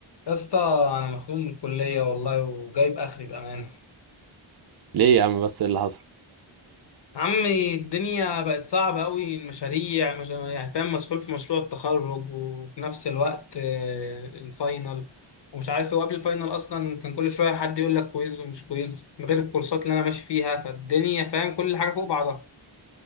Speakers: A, on the left; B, on the right.
A: يا اسطى انا مخنوق من الكليه والله وجايب اخري بامانه
B: ليه يا عم بس إيه اللي حصل
A: عمي الدنيا بقت صعبه قوي المشاريع مش يعني فاهم مسؤول في مشروع التخرج وفي نفس الوقت آه، الفاينل ومش عارف إيه، وقبل الفاينل اصلا كان كل شويه حد يقول لك كويز ومش كويز من غير الكورسات اللي انا ماشي فيها فالدنيا فاهم كل حاجه فوق بعضها